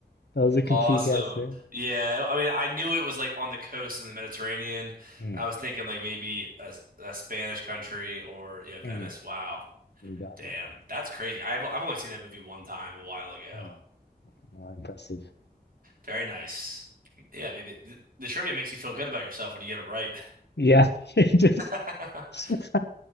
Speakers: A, on the left (about 85°); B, on the right (about 55°).
A: That was a complete
B: Awesome.
A: guess there.
B: Yeah, I mean, I knew it was like on the coast in the Mediterranean.
A: Mm,
B: I was thinking like maybe a, a Spanish country or yeah, Venice.
A: mm.
B: Wow.
A: You got
B: Damn.
A: it.
B: That's crazy. I've I've only seen that movie one time a while ago.
A: Ah, wow, impressive.
B: Very nice. Yeah, maybe the, the trivia makes you feel good about yourself when you get it right.
A: Yeah. <laughs> It Just
B: <laughs>
A: <laughs>